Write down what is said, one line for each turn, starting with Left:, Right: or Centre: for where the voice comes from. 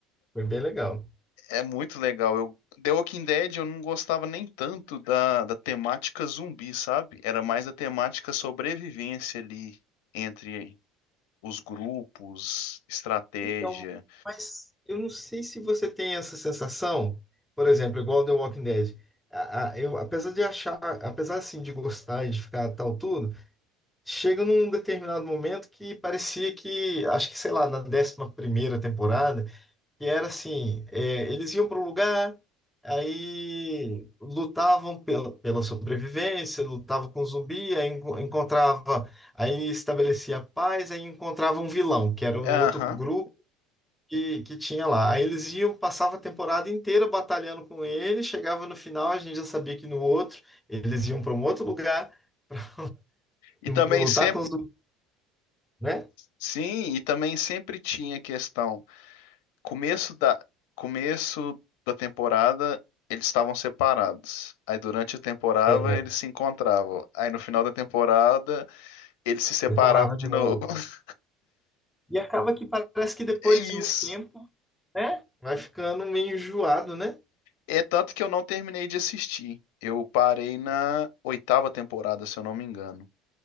Centre: foi bem legal.
Left: É muito legal. Eu, The Walking Dead eu não gostava nem tanto da, da temática zumbi, sabe? Era mais a temática sobrevivência ali entre os grupos, estratégia.
Centre: Então, mas eu não sei se você tem essa sensação, por exemplo, igual The Walking Dead. A- a- eu, apesar de achar, apesar assim de gostar e de ficar tal tudo, chega num determinado momento que parecia que, acho que sei lá, na décima primeira temporada, que era assim, é, eles iam para um lugar, aí lutavam pela, pela sobrevivência, lutavam com zumbi, aí enco- encontrava, aí estabelecia a paz, aí encontrava um vilão, que era um
Left: Aham.
Centre: outro grupo que, que tinha lá. Aí eles iam, passava a temporada inteira batalhando com ele, chegava no final, a gente já sabia que no outro eles iam para um outro lugar <laughs>
Left: E também
Centre: lutar
Left: sempre,
Centre: com os, né?
Left: sim, e também sempre tinha questão. Começo da, começo da temporada eles estavam separados. Aí durante a temporada
Centre: É,
Left: eles se encontravam. Aí no final da temporada eles se separavam
Centre: preparava de
Left: de novo.
Centre: novo.
Left: <laughs>
Centre: E acaba que parece que depois
Left: É isso.
Centre: de um tempo, né? Vai ficando meio enjoado, né?
Left: É tanto que eu não terminei de assistir. Eu parei na oitava temporada, se eu não me engano.